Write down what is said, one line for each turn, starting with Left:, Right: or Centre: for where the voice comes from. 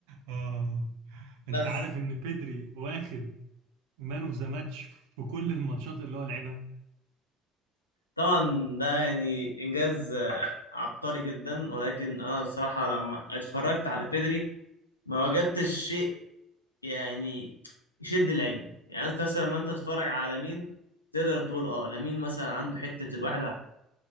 Right: آه. انت
Left: بس
Right: عارف ان بيدري واخد مان اوف ذا ماتش في كل الماتشات اللي هو لعبها
Left: طبعا ده يعني انجاز آه، عبقري جدا ولكن انا الصراحه لما اتفرجت على بيدري ما وجدتش شيء يعني يشد العين يعني انت مثلا لما انت تتفرج على مين تقدر تقول اه لامين مثلا عنده حته الواحد